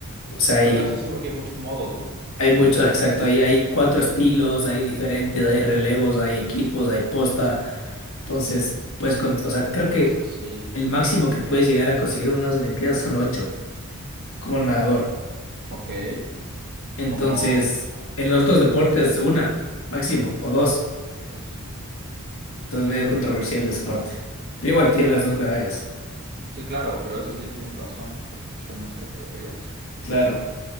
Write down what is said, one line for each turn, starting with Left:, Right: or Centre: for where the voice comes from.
Left: O sea,
Right: Bueno,
Left: hay,
Right: eso sí, porque hay muchos modos, ¿no?
Left: Hay mucho,
Right: Como-
Left: exacto, hay, hay cuatro estilos, hay diferentes, hay relevos, hay equipos, hay posta. Entonces, pues, con, o sea, creo
Right: Bueno,
Left: que
Right: eso sí.
Left: el máximo que puedes llegar a conseguir en unas Olimpiadas son ocho como nadador.
Right: Ok. Y
Left: Entonces,
Right: como... ah,
Left: en los otros deportes, una, máximo, o dos.
Right: e- Eso sí.
Left: Entonces, medio controversial de esa parte. Pero igual
Right: Eso
Left: tiene las
Right: sí.
Left: dos medallas.
Right: Sí, claro, pero eso sí tienes razón, porque pues, son más categorías.
Left: Claro.